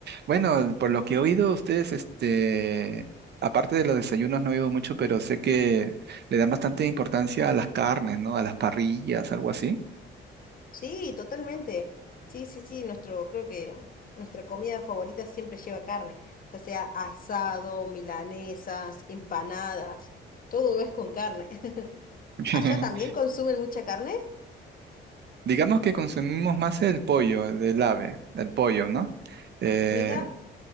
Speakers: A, on the right; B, on the left.
A: Bueno, por lo que he oído, ustedes, este, aparte de los desayunos no he oído mucho, pero sé que le dan bastante importancia a las carnes, ¿no? A las parrillas, algo así.
B: Sí, totalmente. Sí, sí, sí, nuestro, creo que nuestra comida favorita siempre lleva carne, ya sea asado, milanesas, empanadas, todo es con carne. <laughs>
A: <laughs>
B: ¿Allá también consumen mucha carne?
A: Digamos que consumimos más el pollo del ave, el pollo, ¿no? Eh,
B: Mira,